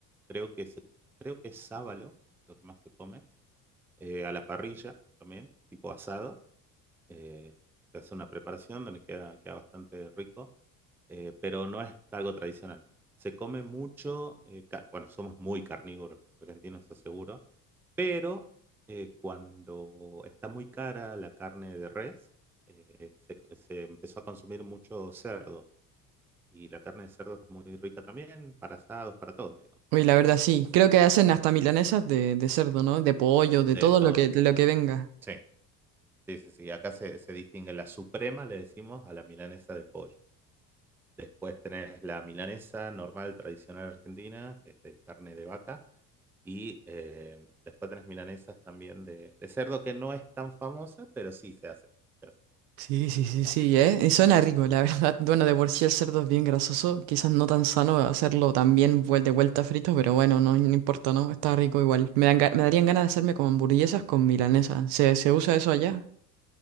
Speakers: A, in the centre; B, on the right (about 55°).
A: creo que se, creo que es sábalo, lo que más se come, eh, a la parrilla también, tipo asado. eh, se hace una preparación donde queda, queda bastante rico, eh, pero no es algo tradicional. Se come mucho, eh, ca- bueno, somos muy carnívoros los argentinos, eso seguro, pero eh, cuando está muy cara la carne de res, eh, se se empezó a consumir mucho cerdo. Y la carne de cerdo es muy rica también, para asados, para todo, digamos.
B: Uy,
A: Así
B: la
A: que,
B: verdad sí. Creo
A: sí,
B: que hacen
A: sí,
B: hasta milanesas de, de cerdo, ¿no? De pollo, de
A: de
B: todo
A: todo.
B: lo que, de lo que venga.
A: Sí, sí, sí, sí. Acá se, se distingue la suprema, le decimos, a la milanesa de pollo. Después tenés la milanesa normal, tradicional argentina, que es de carne de vaca. Y eh, después tenés milanesas también de, de cerdo, que no es tan famosa, pero sí se hace. se hace.
B: Sí, sí, sí, sí, ¿eh? Y suena rico, la <laughs> verdad. Bueno, de por sí el cerdo es bien grasoso. Quizás no tan sano hacerlo también vuel- de vuelta frito, pero bueno, no, no importa, ¿no? Está rico igual. Me dan ga- me darían ganas de hacerme como hamburguesas con milanesa ¿Se, se usa eso allá?